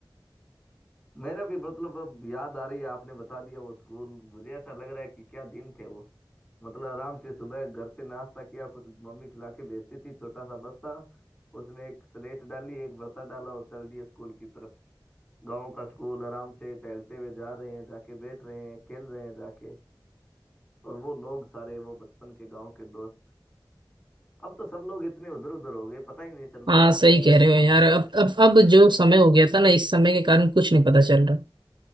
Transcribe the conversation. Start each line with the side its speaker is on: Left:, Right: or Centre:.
Left: मेरा भी मतलब अब याद आ रही है आपने बता दिया वो स्कूल मुझे ऐसा लग रहा है कि क्या दिन थे वो मतलब आराम से सुबह घर से नाश्ता किया कुछ मम्मी खिला के भेजती थी छोटा सा बस्ता उसमें एक स्लेट डाली एक बर्ता डाला और चल दिए स्कूल की तरफ गांव का स्कूल आराम से टहलते हुए जा रहे हैं जाके बैठ रहे हैं खेल रहे हैं जाके और वो लोग सारे वो बचपन के गांव के दोस्त अब तो सब लोग इतने उधर उधर हो गए पता ही नहीं चल
Right: हाँ
Left: रहा कौन
Right: सही
Left: किधर
Right: कह
Left: है
Right: रहे हो यार
Left: कौन किधर
Right: अब
Left: है
Right: अब अब जो समय हो गया था ना इस समय के कारण कुछ नहीं पता चल रहा